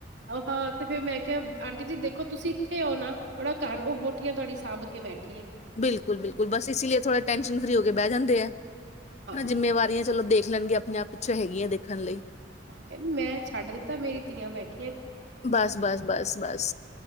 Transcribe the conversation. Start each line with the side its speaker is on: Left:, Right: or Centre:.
Right: ਹਾਂ ਤੇ ਫੇਿਰ ਮੈਂ ਕਿਹਾ ਆਂਟੀ ਜੀ ਦੇਖੋ ਤੁਸੀਂ ਥੇ ਉਹ ਨਾ ਥੋੜਾ ਘਰ ਉਹ ਬੋਟੀਆਂ ਤੁਹਾਡੀ ਸਾਂਭ ਕੇ ਬੈਠੇ
Left: ਬਿਲਕੁਲ ਬਿਲਕੁਲ ਬਸ ਇਸ ਲਈ ਥੋੜਾ ਟੈਸ਼ਨ ਫਰੀ ਹੋ ਕੇ ਬਹਿ ਜਾਂਦੇ ਆ
Right: ਹਾਂ
Left: ਹਨ ਜਿੰਮੇਵਾਰੀਆਂ ਚਲੋ ਦੇਖ ਲੈਣਗੇ ਆਪਣੇ ਆਪ ਪਿੱਛੋਂ ਹੈਗੀੀਆਂ ਦੇਖਣ ਲਈ
Right: ਹਾਂ ਕਹਿੰਦੀ ਮੈਂ ਛੱਡ ਦਿੱਤਾ ਮੇਰੀ ਧੀਆਂ ਬੈਠ
Left: ਬਸ ਬਸ ਬਸ ਬਸ